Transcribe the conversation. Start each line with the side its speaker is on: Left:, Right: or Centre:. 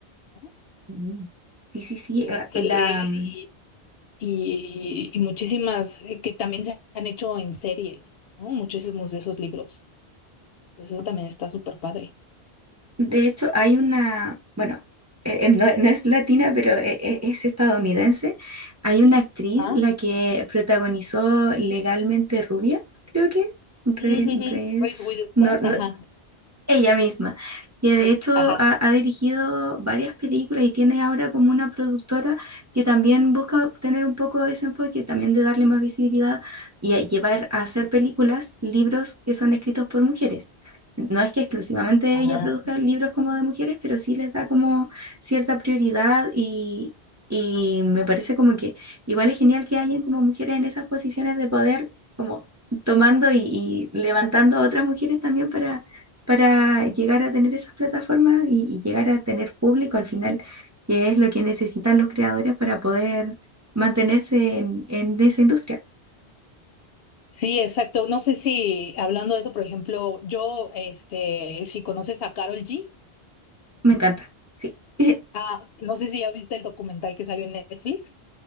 Left: ¿no?
Right: Mm. Sí, sí, sí.
Left: que,
Right: eh,
Left: que
Right: La,
Left: leer
Right: mm,
Left: y, y- y muchísimas eh, que también se han hecho en series, ¿no? Muchísimos de esos libros. Entonces eso también está súper padre.
Right: De hecho, hay una, bueno, eh, eh, no, no es latina, pero eh, eh, es estadounidense. Hay una actriz,
Left: Ah,
Right: la que protagonizó Legalmente Rubia, creo que es. Re-
Left: ujú,
Right: Res-
Left: Reese Witherspoon,
Right: no, no,
Left: ajá,
Right: Ella misma. Y de
Left: Reese,
Right: hecho
Left: ajá,
Right: ha, ha dirigido varias películas y tiene ahora como una productora que también busca tener un poco ese enfoque, también de darle más visibilidad y a llevar a hacer películas, libros que son escritos por mujeres. No es que exclusivamente
Left: ajá.
Right: ella produzca libros como de mujeres, pero sí les da como cierta prioridad y, y me parece como que igual es genial que hayan como mujeres en esas posiciones de poder, como tomando y, y levantando a otras mujeres también para para llegar a tener esas plataformas y, y llegar a tener público al final, que es lo que necesitan los creadores para poder mantenerse en, en esa industria.
Left: Sí, exacto. No sé si hablando de eso, por ejemplo, yo, este, si conoces a Carol G,
Right: Me encanta, sí. <laughs> Eh,
Left: ah, no sé si ya viste el documental que salió en Netflix.